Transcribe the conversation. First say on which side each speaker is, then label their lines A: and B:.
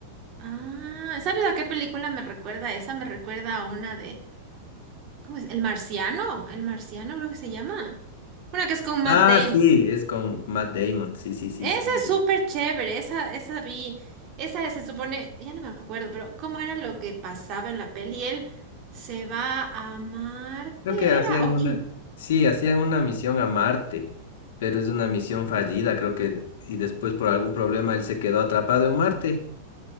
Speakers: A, on the right; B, on the left.
A: Ah, ¿sabes a qué película me recuerda? Esa me recuerda a una de, ¿Cómo es? El Marciano, el Marciano creo que se llama. Una que es con Matt
B: Ah,
A: Damon.
B: sí, es con Matt Damon. Sí, sí, sí,
A: Esa
B: sí.
A: es súper chévere, esa, esa vi, esa se supone, ya no me acuerdo, pero ¿cómo era lo que pasaba en la peli? Él se va a Marte,
B: Creo que hacían
A: era, <laughs> ok,
B: una, sí, hacían una misión a Marte, pero es una misión fallida, creo que y después por algún problema él se quedó atrapado en Marte